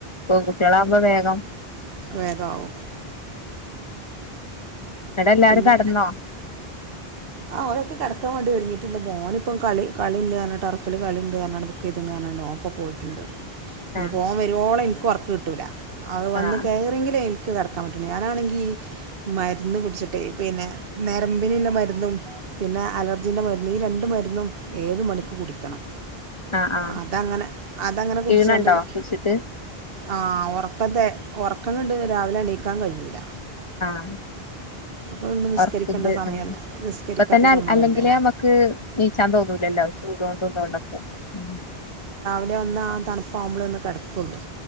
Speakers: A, on the left; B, on the right.
A: പൺകുട്ടികളാകുമ്പോ വേഗം
B: വേഗാവും
A: അടെ എല്ലാരും
B: പിന്നെ
A: കടന്നോ
B: ആ അവരൊക്കെ കിടക്കാൻ വേണ്ടി ഒരുങ്ങിട്ടുണ്ട് മോൻ ഇപ്പ കള കളിണ്ട് ടർഫില് കളുണ്ട് പറഞ്ഞ് ബുക്ക് ചെയ്തിട്ടണ്ട് പറഞ്ഞ് ഓന് ഇപ്പോ പോയിട്ണ്ട് ഇനിപ്പം
A: ആഹ്
B: ഓൻവരുവോളം ഒറക്ക് കിട്ടൂല അവെളു വന്ന്
A: ആഹ്
B: കയറങ്കിലേ- ഒറ്റക്ക് കിടക്കാൻ പറ്റുല്ല ഞാനാണെങ്കിൽ മരുന്ന് കുടിച്ചിട്- ട്ട പിന്നെ നെരമ്പിനീളമരുന്നും പിന്നെ അലർജീന്റെ മരുന്നും ഈ രണ്ട് മരുന്നും
A: ആഹ് ആഹ്
B: അതങ്ങനെ അതങ്ങനെ
A: ക്ഷീണണ്ടോ
B: കുടിച്ചാണ്ട്-
A: കുളിച്ചിട്ട്
B: ആ ഉറക്കത്തെ ഉറക്കം കണ്ട് രാവിലെ എണീക്കാൻ കഴിയൂല
A: ആഹ
B: അപ്പോൾ നിസ്കരിക്കേണ്ട
A: വർക്കി ന്റെ
B: സമയമല്ല നിസ്കരിക്കാത്ത
A: ഇപ്പ തന്നെ
B: സമയമല്ലേ
A: അല്ലെങ്കിലേ നമ്മക്ക് നീച്ചാൻ തോന്നൂലല്ലോ ചൂട് കൊണ്ടൊക്കെ ഉ-
B: അ ഒന്ന തണു- പോമ്പോള <inaudible> ഒന്ന് കിടക്കുകെ ഒ ള്ളൂ